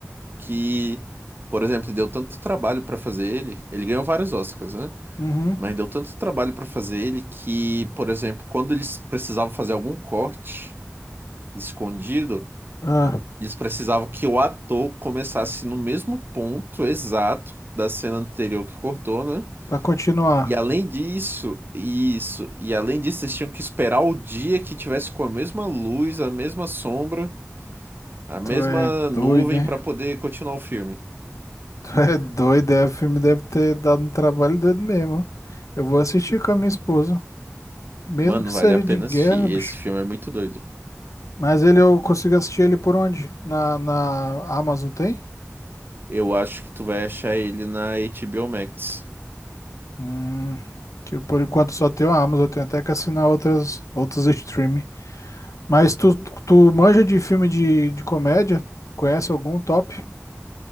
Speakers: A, on the right; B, on the left.
A: que, por exemplo, deu tanto trabalho pra fazer ele. Ele ganhou vários Oscars, né?
B: Uhum.
A: Mas deu tanto trabalho para fazer ele que, por exemplo, quando eles precisavam fazer algum corte escondido,
B: Ah,
A: eles precisavam que o ator começasse no mesmo ponto exato da cena anterior que cortou, né?
B: pra continuar.
A: E além disso, isso, e além disso, eles tinham que esperar o dia que tivesse com a mesma luz, a mesma sombra, a mesma
B: Tu é
A: nuvem
B: doido, hein?
A: para poder continuar o filme.
B: Tu é doido, é, o filme deve ter dado um trabalho doido mesmo. Eu vou assistir com a minha esposa, mesmo
A: Mano,
B: que
A: vale
B: seja
A: a
B: de
A: pena
B: guerra,
A: assistir.
B: bicho.
A: Esse filme é muito doido.
B: Mas ele eu consigo assistir ele por onde? Na, na Amazon tem?
A: Eu acho que tu vai achar ele na HBO Max.
B: Hum, que por enquanto só tem a Amazon, eu tenho até que assinar outras outros streaming. Mas tu, tu manja de filme de, de comédia? Conhece algum top?